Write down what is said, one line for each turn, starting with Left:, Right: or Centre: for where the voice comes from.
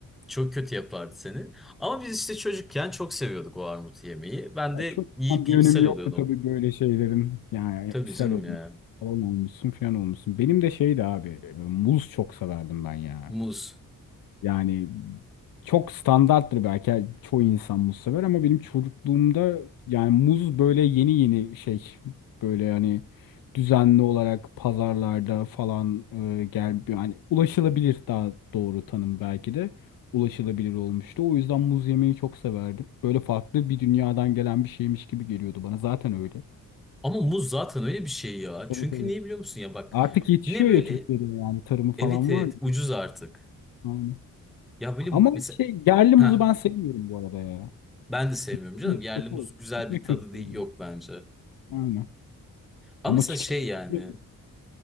Centre: Çok kötü yapardı seni. Ama biz işte çocukken çok seviyorduk o armut yemeği. Ben
Left: Ya
Centre: de
Left: çok
Centre: yiyip
Left: tam bir
Centre: yiyip
Left: önemi
Centre: sel
Left: yoktu
Centre: oluyordum.
Left: tabii böyle şeylerin. Yani
Centre: Tabii
Left: ishal
Centre: canım
Left: olmuş.
Centre: ya.
Left: Falan olmuşsun falan olmuşsun. Benim de şeydi abi. e, Muz çok severdim ben ya.
Centre: Muz.
Left: Yani çok standarttır belki Yani çoğu insan muz sever ama benim çocukluğumda yani muz böyle yeni yeni şey böyle hani düzenli olarak pazarlarda falan e, gel yani ulaşılabilir daha doğru tanım belki de ulaşılabilir olmuştu. O yüzden muz yemeyi çok severdim. Böyle farklı bir dünyadan gelen bir şeymiş gibi geliyordu bana. Zaten öyle.
Centre: Ama muz zaten öyle bir şey ya.
Left: Evet
Centre: Çünkü
Left: evet.
Centre: niye biliyor musun ya bak.
Left: Artık yetişiyor
Centre: Ne böyle
Left: ya Türkiye'de yani tarımı falan
Centre: evet evet
Left: var.
Centre: ucuz artık.
Left: Aynen.
Centre: Ya böyle
Left: Ama
Centre: mesela
Left: şey yerli muzu
Centre: heh,
Left: ben sevmiyorum bu arada ya.
Centre: ben de sevmiyorum
Left: Yapımız
Centre: canım. Yerli
Left: kötü
Centre: muz
Left: oldu.
Centre: güzel
Left: Çok ve
Centre: bir
Left: kötü
Centre: tadı değil,
Left: oldu.
Centre: yok bence.
Left: Aynen.
Centre: Ama
Left: Ama
Centre: mesela
Left: çikitamız
Centre: şey yani
Left: öyle mi?